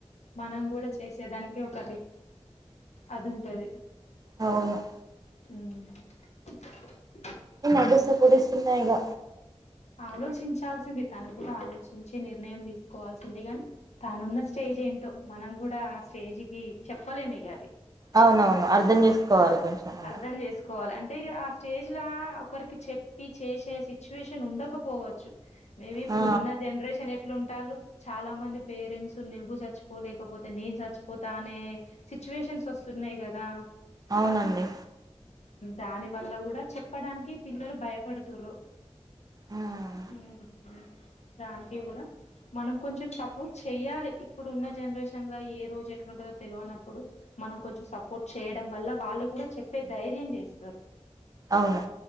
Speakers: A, on the left (about 80°); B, on the right (about 35°).
A: మనం గూడా చేసేదానికి ఒకటి అదుంటది
B: అవును
A: ఉమ్
B: ఈ మధ్య సపోర్ట్ ఇస్తున్న ఇగ
A: ఆలోచించాల్సింది తను గూడా ఆలోచించి నిర్ణయం తీసుకోవాల్సింది గాని తను ఉన్న స్టేజ్ ఏంటో మనం కూడా ఆ స్టేజ్ కి చెప్పలేమ్ ఇగ అది
B: అవునవును అర్థం చేసుకోవాలి కొంచెం అన్న
A: అర్థం చేసుకోవాలి అంటే ఆ స్టేజ్ లా ఒకరికి చెప్పి చేసే సిచ్యుయేషన్ ఉండకపోవ చ్చు మేబి ఇప్పుడు
B: ఆ
A: ఉన్న జనరేషన్ ఎట్లు ఉంటారు చాలా మంది పేరెంట్స్ నువ్వు చచ్చిపోలేకపోతే నేను చచ్చిపోతా అనే సిచ్యువేషన్స్ వస్తు న్నాయి కదా
B: అవునండి
A: దాని వల్ల కూడా చెప్పడానికి పిల్లలు భయపడుతుర్రు
B: ఉమ్
A: మ్మ్ దాన్కి గుడ మనం కొంచెం సపోర్ట్ చెయ్యాలి ఇప్పుడున్న జనరేషన్ లో ఏ రోజు ఎట్లుంటందో తెలవనప్పుడు మనం కొంచెం సపోర్ట్ చెయ్యడం వల్ల వాళ్ళు గుడా చెప్పే ధైర్యం చేస్తారు
B: అవును